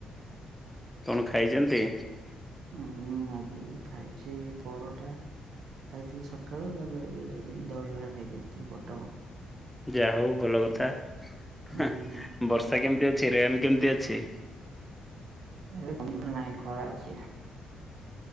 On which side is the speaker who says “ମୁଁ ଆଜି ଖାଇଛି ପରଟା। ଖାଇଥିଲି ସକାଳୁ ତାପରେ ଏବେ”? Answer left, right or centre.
Right